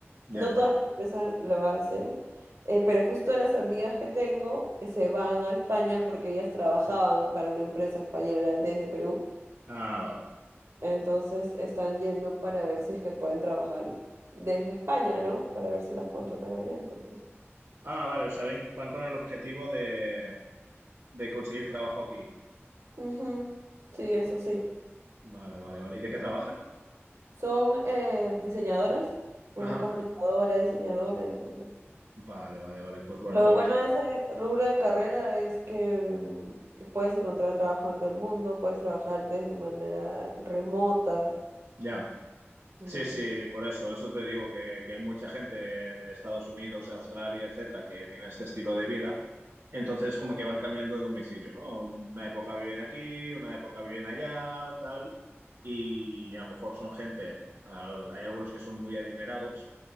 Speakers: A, on the right; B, on the right.
A: ya.
B: No todas las empresas lo hacen. Eh, pero justo las amigas que tengo eh, se van a España porque ellas trabajaban para una empresa española desde Perú.
A: Ah, vale.
B: Entonces están yendo para ver si es que pueden trabajar desde España, ¿no? Para ver si las contratan allá, entonces.
A: Ah, vale, o sea, ven- van con el objetivo de, de conseguir trabajo aquí.
B: Ujú. Sí, eso
A: Ah,
B: sí.
A: Vale, vale, vale. ¿Y de qué trabajan?
B: Son eh, diseñadoras. Una
A: Ajá.
B: es comunicadora, diseñadora, entonces.
A: Vale, vale, vale. Pues bueno,
B: Lo
A: a
B: bueno
A: ver si...
B: de ese rubro de carrera es que mm, puedes encontrar trabajo en todo el mundo, puedes trabajar desde manera remota.
A: Ya.
B: Entonces,
A: Sí, sí, por eso, eso te digo, que, que hay mucha gente de, de Estados Unidos, de Australia, etcétera, que tiene este estilo de vida. Entonces, como que van cambiando de domicilio, ¿no? Una época viven aquí, una época viven allá, tal. Y a lo mejor son gente, al- hay algunos que son muy adinerados